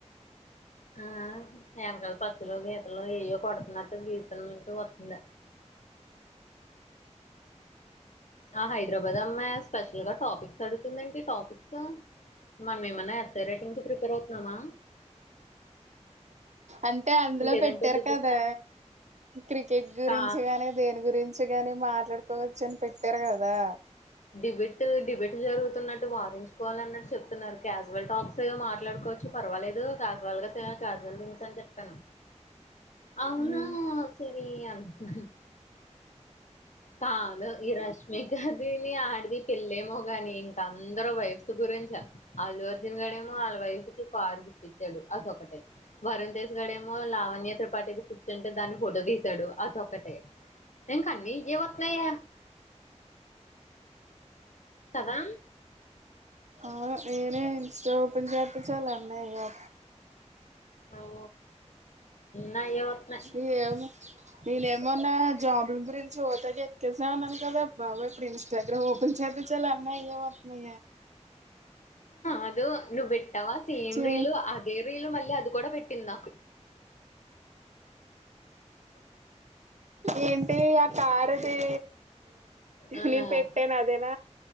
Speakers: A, on the left; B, on the right.
A: ఆ వెనకాల పచ్చులు గీతలో ఏయ్యో కొడుతున్నట్టు గీతల నుంూ వస్తుంద ఆ హైదరాబాద్ అమ్మాయి స్పెషల్ గా టాపిక్స్ అడుతుందండి టాపిక్స్ మన ఏమన్నా వస్తారేట్ ఇంక ప్రిపేర్ అవుతున్నామా
B: అంటే అందులో
A: లేదంటే
B: పెట్టారు
A: డిబెట్టా
B: కదా క్రికెట్ గురించి
A: కా
B: గాని దేని గురించి గాని మాట్లాడుకోవచ్చు అని పెట్టారు కదా
A: డిబెట్ డిబెట్ జరుగుతున్నట్టు వారి కోవాలన్నటు చెప్తున్నారు క్యాజువల్ టక్స్ ఏో మాట్లాడుకోవచ్చు పర్వాలదు కాజువల్గా క్యాజువల్ థిక్స్ చెప్పను అవునా
B: ఉ
A: సర అంట కాదు ఈ రష్మికదిని ఆడిది పళ్లి ళ్ళలేమో కాని ఇంక అందరు వైఫ్ గురించ ఆదిు అర్జున్ గడేమో వాళ్ళ వైఫ్కి కార్గి పించాడు అదొకటే వరుణ్సుగాడేమో లావణ్యయత్ర పాటిది కూర్చుంటే దాన్ని ఫోటో తీసాడు అతొక్కటే ఇంకాన్నీ ఏ వతున్నాయా కదా
B: ఆ నేనే ఇన్స్టా ఓపెన్ చేప చాల అన్న అయ వ
A: ఆ నా అయ్యే వత్తున్నాయి
B: స నేనే ఏమన్నా జాబల గురించి ఓతగా ఎత్క్కేసా అన్నాను కదా బాబా ఇప్పు ఇస్టాగ్రామ్ ఓపెన్ చే ది చలన్నా ఎవతన్నా
A: అదు నువ్వు పెట్టవా సేమ్
B: చే
A: రీలు అదే రీలు మళ్ళీ అది కూడా పెట్ట కన్నా
B: ఏంటి ఆ కారుది
A: ఆ!
B: నన్ పెట్టేన అదేనా